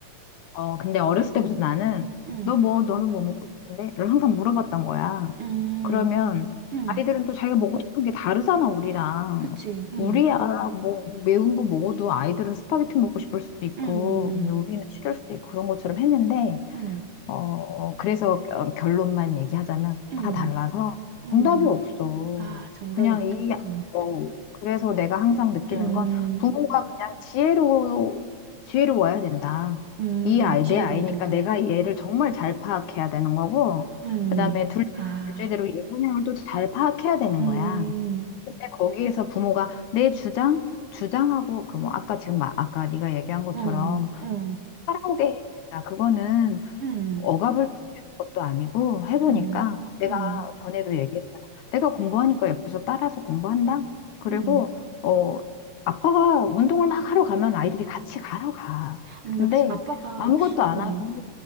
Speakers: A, on the left; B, on the right.
A: 어, 근데 어렸을 때부터 나는
B: 응,
A: 너 뭐, 너는 뭐 먹고 싶은데? 를 항상 물어봤던 거야.
B: 응,
A: 그러면
B: 응,
A: 아이들은 또 자기가 먹고 싶은 게 다르잖아, 우리랑.
B: 그치, 응,
A: 우리야, 뭐, 매운 거 먹어도 아이들은 스파게티 먹고 싶을 수도 있고,
B: 응,
A: 근데 우리는 싫을 수도 있고 그런 것처럼 했는데,
B: 응,
A: 어, 그래서 어, 결론만 얘기하자면
B: 응,
A: 다 달라서
B: 응.
A: 정답이 없어.
B: 아, 정답이
A: 그냥
B: 없다고
A: 이,
B: 생각하면,
A: 음, 어, 그래서 내가 항상 느끼는
B: 응,
A: 건 부모가 그냥 지혜로, 지혜로워야 된다.
B: 응,
A: 이 아이,
B: 기회로
A: 내 아이니까
B: 해야 된다.
A: 내가 얘를 정말 잘 파악해야 되는 거고,
B: 응,
A: 그 다음에 둘째는
B: 아,
A: 둘째대로 얘 성향을 또 잘 파악해야 되는
B: 응,
A: 거야. 근데 거기에서 부모가 내 주장, 주장하고, 그 뭐, 아까 지금, 막 아까 네가 얘기한 것처럼
B: 어, 어,
A: 따라오게 해야 된다. 그거는
B: 응,
A: 억압을 되는 것도 아니고 해보니까
B: 응,
A: 내가
B: 응,
A: 전에도 얘기했잖아. 내가 공부하니까 옆에서 따라서 공부한다. 그리고
B: 응.
A: 어 아빠가 운동을 막 하러 가면 아이들이 같이 가러 가.
B: 아니,
A: 근데
B: 나 아빠가,
A: 아무것도 안
B: 응,
A: 하고